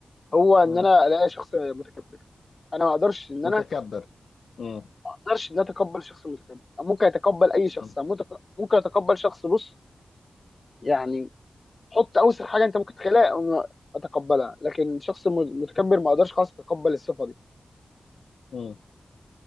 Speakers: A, on the left (about 35°); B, on the left (about 80°).
A: هو ان
B: مم.
A: انا الاقي شخص متكبر انا ما اقدرش ان
B: متكبر
A: انا
B: مم.
A: ما اقدرش ان أنا اتقبل شخص متكبر ممكن اتقبل اي شخص
B: مم.
A: أنا متق- ممكن اتقبل شخص بص يعني حط اوسخ حاجه انت ممكن تخلقها أو اتقبلها لكن شخص م- متكبر ما اقدرش خالص اتقبل الصفه دي
B: مم.